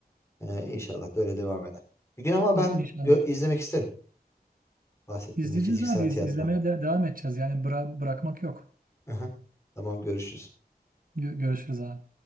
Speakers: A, on the left; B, on the right.
A: Ee, inşallah da öyle devam eder. Bir gün ama
B: İn-
A: ben
B: İnşallah.
A: gö- izlemek isterim. Bahsettiğim
B: İzleyeceğiz
A: bir fiziksel
B: abi.
A: tiyatro.
B: iz- izlemeye de devam edeceğiz. Yani bıra- bırakmak yok.
A: Aha. Tamam görüşürüz.
B: Gö- görüşürüz abi.